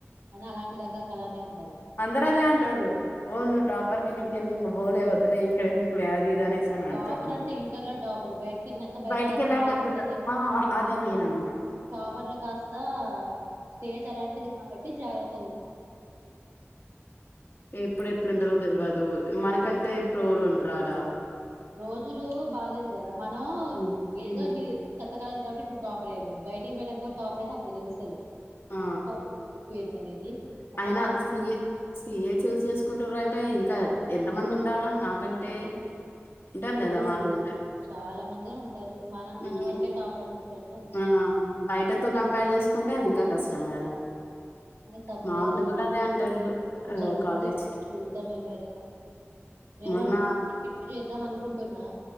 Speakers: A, on the right; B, on the left.
A: అని అలాంటి రకాల కనే ఉన్
B: పంద్ర ద అన్ ర టాపర్ విని ంది పోలే వద్దులే ఇక్కడెందుకులే అది ఇది అనేసి అని
A: టాపర్
B: అంటారు అందరు
A: అంటే ఇంటర్ లో టాపర్ బయటకి వెళ్ళాక బయట
B: బయటికెళ్ళాక
A: కలిసిన వేరు
B: అట్లుండదు
A: ఉంటది
B: ఆ అదే నేనన్నా
A: టాపర్లు కాస్త స్టేజ్ అలాంటిది కాబట్టి జాగ్రత్త
B: ఇప్పుడు ఎట్లుంటందో తెల్వదు మనకంటే ప్రోలు ఉంటారు ఆడా
A: రోజులు బాలేదు కదా మనం
B: ఉమ్
A: ఏదో
B: ఉమ్
A: నీ ాల కాట్టి ఇటు టాపరైడు బయటికి పోయడానికి కూడా టాపర్ అయితే అప్పుడు తెలుస్తది
B: ఆ
A: కాలేజ్ ఏందనేది అప్పుడు
B: అయినా
A: టాపర్
B: స సిఏ చూసి చేసుకుంటారంటే అంటే ఇంకా ఎంత మంది ఉండాలా నాకంటే ఉంటారు
A: ఇప్పుడు
B: కదా వాళ్ళు కూడా
A: చాలా మంది ఉంటారు మనం
B: హ్మ్.
A: మన వరకే టాపర్ అనుకుంటారు
B: ఆ బయటతో కంపేర్ చేసుకుంటే అది ఇంకా కష్టం కదా
A: అని తప్పదు
B: మా వాళ్ళు కూడా అదే అంటారు ఆ
A: జరుగుంది
B: కాలేజ్
A: చూద్దాం ఏమైతదో నేను
B: మొన్న
A: చేద్దాం అనుకుంట్ కొన్నా